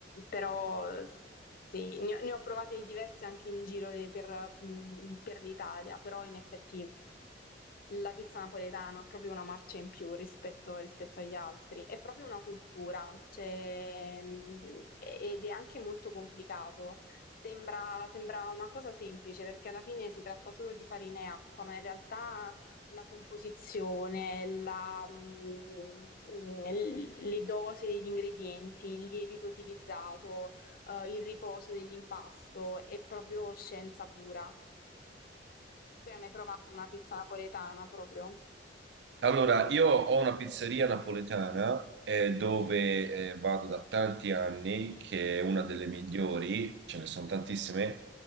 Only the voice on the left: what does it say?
però. Sì, ne ho, ne ho provate di diverse anche in giro de- per, mh, per l'Italia, però in effetti la pizza napoletana ha proprio una marcia in più rispetto, rispetto agli altri, è proprio una cultura, cioè, mh, ed è anche molto complicato. Sembra, sembra una cosa semplice perché alla fine si tratta solo di farina e acqua, ma in realtà la composizione, la, mh, le dosi degli ingredienti, il lievito utilizzato eh, il riposo dell'impasto, è proprio scienza pura. Tu hai mai provato una pizza napoletana proprio?
Mm.